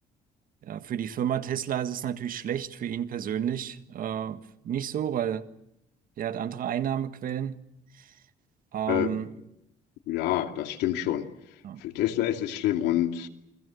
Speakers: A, on the right; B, on the left.
A: ja, für die Firma Tesla ist es natürlich schlecht, für ihn persönlich äh, nicht so, weil der hat andere Einnahmequellen. Ähm,
B: Äh, ja, das stimmt schon.
A: ja.
B: Für Tesla ist es schlimm und